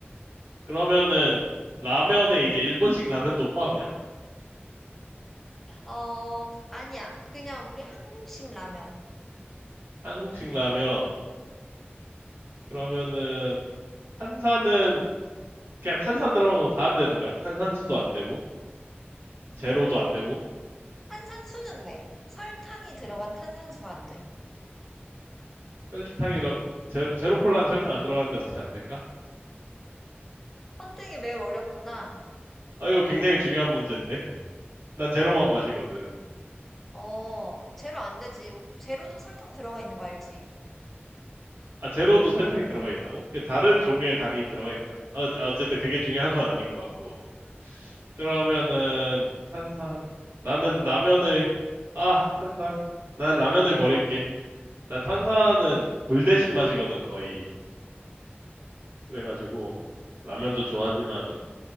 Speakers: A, on the right; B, in the centre.
A: 그러면은 라면에 이제 일본식 라면도 포함이야?
B: 어, 아니야. 그냥 우리 한국식 라면.
A: 한국식 라면. 그러면은 탄산은 그냥 탄산 들어간 거 다 안 되는 거야? 탄산수도 안 되고, 제로도
B: 음,
A: 안 되고,
B: 탄산수는 돼. 설탕이 들어간 탄산수가 안 돼.
A: 설탕이 들어, 제, 제로 콜라는 설탕 안 들어가는데 어떻게 안 될까?
B: 선택이 매우 어렵구나.
A: 아, 이거 굉장히 중요한 문제인데. 난 제로만 마시거든.
B: 어, 제로 안 되지. 제로도 설탕 들어가 있는 거 알지?
A: 아, 제로도 설탕이 들어가 있다고? 그 다른 종류의 당이 들어가 있는 거 아니야? 어, 아, 어쨌든 그게 중요한 건 아닌 것 같고. 그러면은, 탄산. 나는 라면을, 아, 탄산. 난 라면을 버릴게. 난 탄산은 물 대신 마시거든, 거의. 그래가지고, 라면도 좋아하지만, 라-